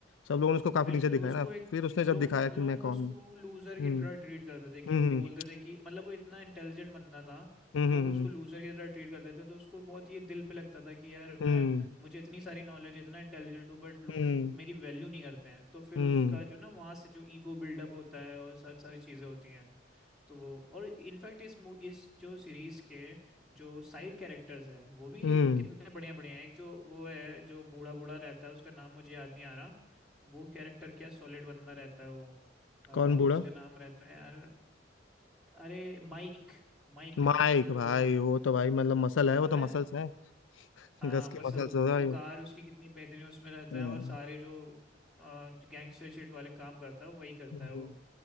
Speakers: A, on the left; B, in the centre.
A: सब लोगों ने उसको काफी
B: बिल्कुल
A: नीचे दिखाया
B: उसको
A: ना
B: एक
A: फिर उसने
B: लोग
A: जब दिखाया कि
B: लोग
A: मैं कौन
B: उसको
A: हूँ
B: लूजर
A: हम्म
B: की तरह ट्रीट करते थे कि
A: हम्म
B: वो बोलते थे कि मतलब वो इतना इंटेलिजेंट बंदा था
A: हम्म
B: लोग
A: हम्म
B: उसको लूजर की तरह ट्रीट करते थे तो उसको बहुत ये दिल पे लगता था कि यार
A: हम्म
B: मैं मुझे इतनी सारी नॉलेज इतना इंटेलिजेंट हूँ बट
A: हम्म
B: लोग मेरी वैल्यू नहीं करते हैं तो फिर
A: हम्म
B: उसका जो ना वहाँ से जो ईगो बिल्डअप होता है और सारी सारी चीज़ें होती हैं तो वो और इनफैक्ट इस मू इस जो सीरीज के जो साइड कैरेक्टर्स हैं वो भी
A: हम्म,
B: कितने बढ़िया बढ़िया हैं एक जो वो है जो बूढ़ा बूढ़ा रहता है उसका नाम मुझे याद नहीं आ रहा वो कैरेक्टर क्या सॉलिड बंदा रहता है वो आ,
A: कौन बूढ़ा
B: उसका नाम रहता है यार अरे माइक माइक
A: माइक
B: जो
A: भाई वो तो भाई मतलब मसल है वो
B: याद
A: तो
B: है
A: मसल्स है
B: हाँ
A: गस
B: मसल
A: की मसल्स है भाई
B: वो
A: वो
B: कार उसकी कितनी बेहतरीन है, उसमें रहता
A: हम्म,
B: है और सारे जो गैंगस्टर शिट वाले काम करता है वही करता
A: हम्म।
B: है वो